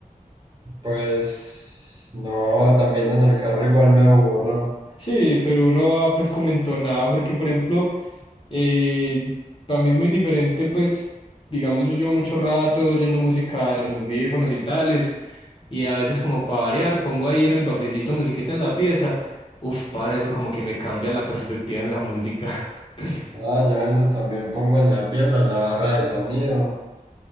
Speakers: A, on the right; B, on the left.
A: Pues no, también en el carro igual me aburro.
B: Sí, pero uno va pues como entonado, porque por ejemplo, Eh, para mí es muy diferente, pues, digamos, yo llevo mucho rato oyendo música en los audífonos y tales, y a veces como para variar, pongo ahí en el baflecito musiquita en la pieza. Uf, para eso como que me cambia la <laughs> perspectiva en la música. <laughs>
A: Ah, yo a veces también pongo en la pieza, en la barra de sonido,